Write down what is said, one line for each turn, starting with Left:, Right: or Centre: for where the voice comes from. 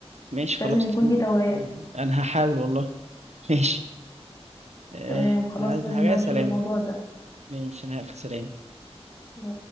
Right: ماشي خلاص
Left: لازم يكون
Right: تمام
Left: في توعية
Right: انا هحاول والله ماشي آه،
Left: تمام خلاص
Right: انا عايز
Left: لازم
Right: حاجة
Left: بقى
Right: سلام
Left: نشوف الموضوع
Right: ماشي انا هقفل سلام
Left: ده